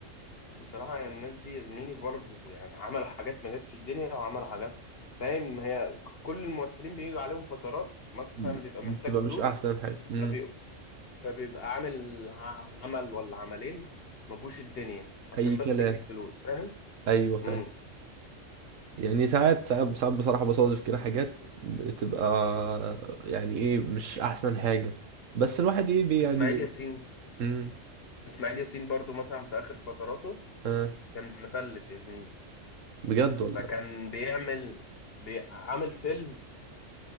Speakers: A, on the left; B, on the right.
A: بصراحة يعني الناس دي يا زميلي برضه يعني عملوا حاجات ما جاتش في الدنيا وعملوا حاجات فاهم هي ك- كل الممثلين بيجوا عليهم فترات مثلا
B: م-
A: بيبقى
B: بتبقى
A: محتاج
B: مش
A: فلوس
B: احسن حاجه م.
A: فبي... فبيبقى عامل ع- عمل ولا عملين ما جوش الدنيا عشان
B: اي كلام
A: بس يجيب فلوس فاهم
B: ايوه فاهم
A: مم.
B: يعني ساعات ساعات ساعات بصراحة بصادف كده حاجات بتبقى يعني ايه مش احسن حاجة بس الواحد ايه بي يعني
A: اسماعيل
B: بي
A: ياسين
B: مم.
A: اسماعيل ياسين برضه مثلا في آخر فتراته
B: آه.
A: كان مفلس يا زميلي
B: بجد والله
A: فكان بيعمل بي... عامل فيلم